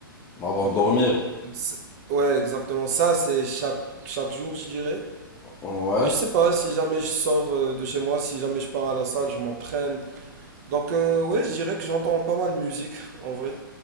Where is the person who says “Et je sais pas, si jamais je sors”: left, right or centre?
Right